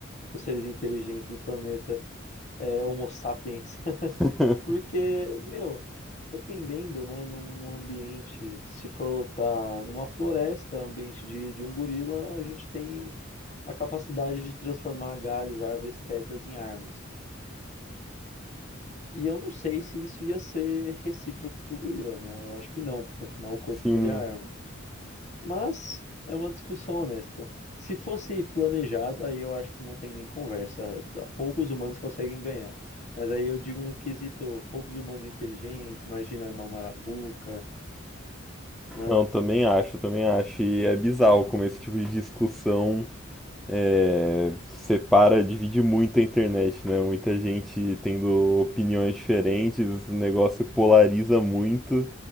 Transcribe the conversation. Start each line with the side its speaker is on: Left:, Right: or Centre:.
Left: os seres inteligentes do planeta, é, Homo sapiens. <laughs>
Centre: <laughs>
Left: Porque, meu, dependendo, né? Num, num ambiente, se for lutar numa floresta, ambiente de, de um gorila, a gente tem a capacidade de transformar galhos, árvores, pedras em armas. E eu não sei se isso ia ser recíproco pro gorila, né? Eu acho que não, porque afinal o corpo
Centre: Sim.
Left: dele é arma. Mas é uma discussão honesta. Se fosse planejado, aí eu acho que não tem nem conversa. Da- Poucos humanos conseguem ganhar. Mas aí eu digo no quesito, poucos humanos inteligentes, imagina armar uma arapuca, né?
Centre: Não, também acho, também acho. E é bizarro como esse tipo de discussão é, separa, divide muito a internet, né? Muita gente tendo opiniões diferentes, o negócio polariza muito